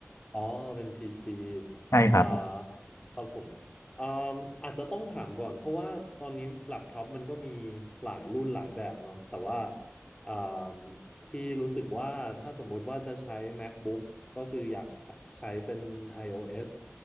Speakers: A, on the left (about 20°); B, on the left (about 70°).
A: อ๋อเป็น PC
B: ใช่ครับผม
A: อ่าครับผมอ่าอาจจะต้องถามก่อนเพราะว่าตอนนี้แล็ปท็อปมันก็มีหลายรุ่นหลายแบบเนาะแต่ว่าอ่าพี่รู้สึกว่าถ้าสมมุติว่าจะใช้ MacBook ก็คืออยากใช้ใช้เป็น iOS